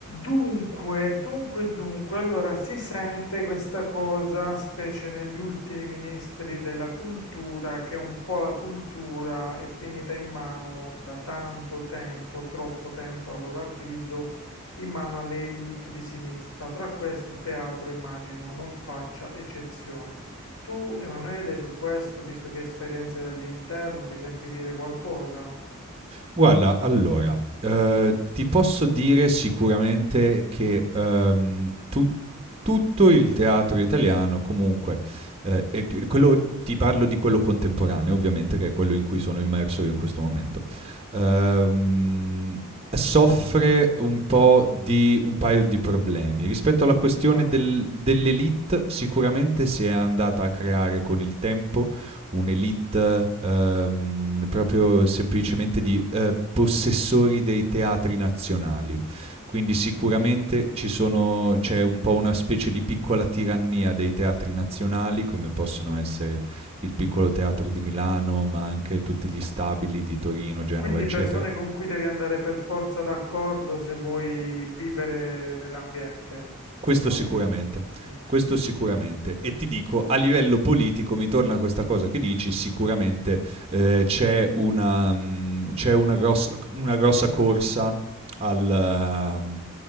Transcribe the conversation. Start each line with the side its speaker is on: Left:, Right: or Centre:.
Left: Dunque, dunque, dunque, allora si sente questa cosa, specie negli ultimi ministri della cultura, che un po' la cultura è finita in mano da tanto tempo, troppo tempo a loro avviso, in mano alle elite di sinistra. Tra queste il teatro, immagino, non faccia eccezione. Tu, Emanuele, su questo, visto che hai esperienze dall'interno, ti senti dire qualcosa?
Right: Guarda, allora, ehm, ti posso dire sicuramente che, ehm, tu tutto il teatro italiano comunque, ehm, e d quello ti parlo di quello contemporaneo ovviamente, che è quello in cui sono immerso io in questo momento, ehm, soffre un po' di un paio di problemi. Rispetto alla questione
Left: Vai.
Right: del dell'élite, sicuramente si è andata a creare con il tempo un'elite ehm, proprio semplicemente di eh, possessori dei teatri nazionali. Quindi sicuramente ci sono, c'è un po' una specie di piccola tirannia dei teatri nazionali, come possono essere il piccolo teatro di Milano, ma anche tutti gli stabili di Torino, Genova,
Left: Quindi
Right: eccetera.
Left: persone con cui devi andare per forza d'accordo se vuoi vivere nell'ambiente,
Right: Questo
Left: sopravvivere.
Right: sicuramente,
Left: Mm.
Right: questo sicuramente. E ti dico, a livello politico, mi torna questa cosa che dici, sicuramente eh, c'è, una, mm, c'è una, grossa, una grossa corsa al, eh,